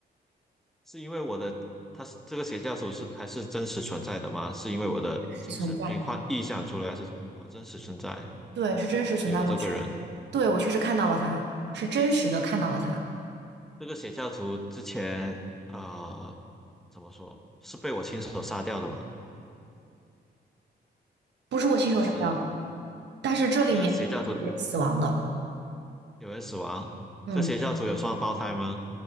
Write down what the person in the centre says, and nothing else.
是因为我的，他是这个邪教徒是还是真实存在的吗？是因为我的精神病患臆想出来是呃真实存在，
有这个人，
这个邪教徒之前呃怎么说是被我亲手杀掉的吗？
还是
这个邪教徒有人死亡？
这邪教徒有双胞胎吗？